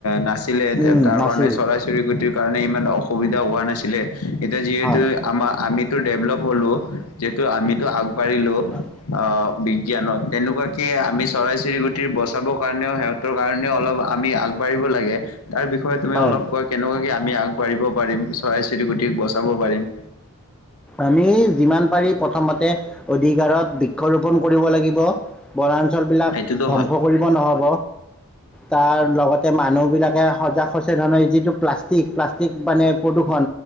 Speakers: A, on the left (about 80°); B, in the centre.
A: নাছি লে
B: উম
A: তাৰ
B: নাছিল
A: কাৰণে চৰাই চিৰকটিৰ কাৰণে ইমান অসুবিধা হোৱা নাছিলে এতিয়া যিহেতু
B: হয়
A: আমাৰ আমিতো ডেভলপ হ'লো যিহেতু আমিতো আগবাঢ়িলো,
B: অ।
A: অ বিজ্ঞানত তেনেকুৱাকে আমি চৰাই চিৰিকটিৰ বচাবৰ কাৰণেও সিহত ত কাৰণেও অলপ আমি আগবাঢ়িব লাগে। তাৰ বিষয়ে তুমি
B: হয়
A: অলপ কয় কেনেকুৱাকে আমি আগবাঢ়িব পাৰিম চৰাই চিৰিকটিক বচাব পাৰিম।
B: আমি যিমান পাৰি প্ৰথমতে অধিক হাৰত বৃক্ষৰোপন কৰিব লাগিব বনাঞ্চ ঞ্চল বিলাক
A: সেইটোতো
B: ধ্বংস
A: হয়
B: কৰিব নহব, তাৰ লগতে মানুহবিলাক সজাগ হৈছে ধৰণৰ যিটো প্লাষ্টিক প্লাষ্টিক মানে প্ৰদূষণ